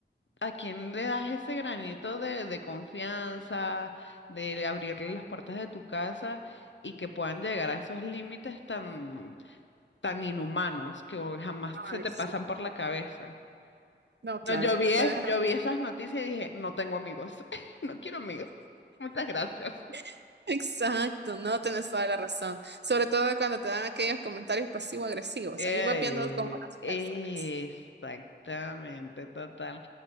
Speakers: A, on the left; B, on the right.
A: ¿A quién le das ese granito de, de confianza, de abrirle las puertas de tu casa y que puedan llegar a esos límites tan, tan inhumanos que jamás se
B: ay,
A: te
B: sí.
A: pasan por la cabeza?
B: No, claro.
A: No, yo vi, es-
B: tenés razón.
A: yo vi esas noticias y dije, no tengo amigos, <laughs> no quiero amigos. Muchas gracias.
B: <laughs> Exacto, no tenés toda la razón. Sobre todo cuando te dan aquellos comentarios pasivo-agresivos.
A: Ey,
B: Ahí vas viendo como las
A: exactamente,
B: red flags.
A: total.